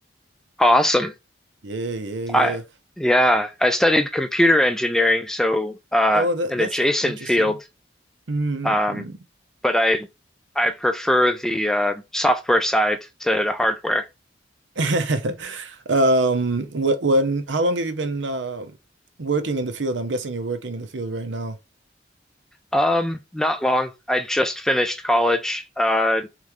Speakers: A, in the centre; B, on the right.
A: Awesome.
B: Yeah, yeah, yeah.
A: I yeah, I studied computer engineering, so uh,
B: Oh, that
A: an
B: that's
A: adjacent
B: interesting.
A: field.
B: Mm-hmm.
A: Um, but I I prefer the uh, software side to the hardware.
B: <laughs> Um, wh- when, how long have you been um working in the field? I'm guessing you're working in the field right now.
A: Um, not long. I just finished college, uh,